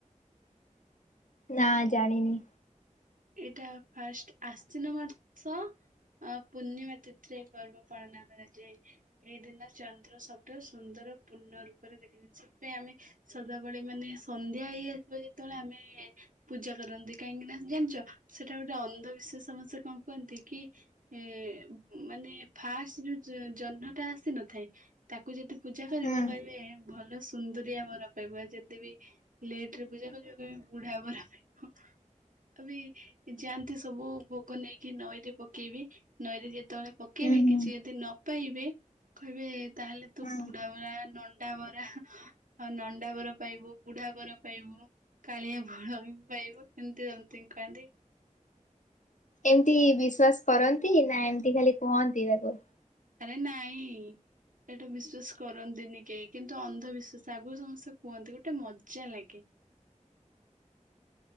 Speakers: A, on the left (about 70°); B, on the right (about 85°).
A: ନା ଜାଣିିନି।
B: ଏଇଟା ଫାଷ୍ଟ୍ ଆଶିନ ମାସ ଅ ପୂର୍ଣ୍ଣିମା ତିଥିରେ ଏଇ ପର୍ବ ପାଳନ କରାଯାଏ, ଏଇ ଦିନ ଚନ୍ଦ୍ର ସବୁଠାରୁ ସୁନ୍ଦର ପୂର୍ଣ୍ଣ ରୂପରେ ଦେଖାଯାଏ ସେଥିପାଇଁ ଆମେ ସଦାବେଳେ ମାନେ ସନ୍ଧ୍ୟା ହେଇ ଆସିବ ଯେତେବେଳେ ଆମେ ପୂଜା କରନ୍ତି। କାହିଁକି ନା ଜାଣିଚ? ସେଟା ଗୋଟେ ଅନ୍ଧ ବିିଶ୍ୱାସ୍ ସମସେ କଣ କୁହନ୍ତି କି ଏଏ ମାନେ ଫାଷ୍ ଯୋଉ ଜହ୍ନଟା ଆସିନଥାଏ ତାକୁ ଯଦି ପୂଜା କରିବ
A: ହୁଁ
B: କହିବେ ଭଲ ସୁନ୍ଦରିଆ ବର ପାଇବ ଯଦି ବିି ଲେଟରେ ପୂଜା କରିବେ କହିବେ ବୁଢା ବର। <inaudible> ଅବି ଯାଆନ୍ତି ସବୁ ଭୋଗ ନେଇକି ନଈରେ ପକେଇବେ ନଈରେ ଯେତେବେଳେ ପକେଇବେ
A: ହୁଁ ହୁଁ।
B: କିଛି ଯଦି ନ ପାଇବେ କହିବେ ତାହେଲେ ତୁ
A: ହୁଁ।
B: ବୁଢ଼ାବୁରା ନନ୍ ନଣ୍ଡା ବରା ନଣ୍ଡା ବର ପାଇବୁ ବୁଢା ବର ପାଇବୁ କାଳିଆ ବଳ ବି ପାଇବୁ ଏମିତି ସେମିତି କହନ୍ତି।
A: ଏମିତି ବିଶ୍ଵାସ କରନ୍ତି, ନା ଏମିତି ଖାଲି କୁହନ୍ତି ତାକୁ?
B: ଆରେ ନାଇଁଇଇ ଏଇଟା ବିଶ୍ଵାସ କରନ୍ତିନି କେହି, କିନ୍ତୁ ଅନ୍ଧବିଶ୍ଵାସ ଆଗରୁ ସମସ୍ତେ କୁହନ୍ତି ଗୋଟେ ମଜା ଲାଗେ।